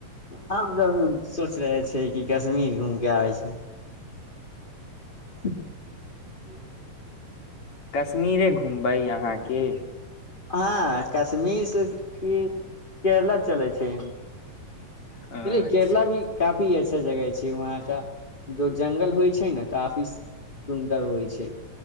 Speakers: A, on the left (about 25°); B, on the left (about 45°).
A: हमसभब सोच रहे छिय कि कश्मीर घूमि कऽ आबै छी ह
B: कश्मीरे घुमबै यहाँके
A: हँ कश्मीर से की केरला चलै छै चल
B: अच्छा
A: केरला भी काफी छै अचछा जगह छै वहाँ का जो जंगल होइ छै ने काफी सुन्दर होइ छै